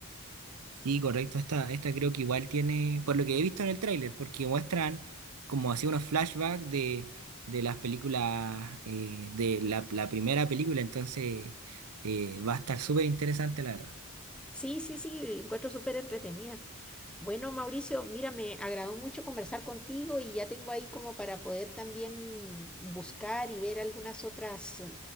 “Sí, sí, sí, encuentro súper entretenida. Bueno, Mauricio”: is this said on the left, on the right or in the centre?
Centre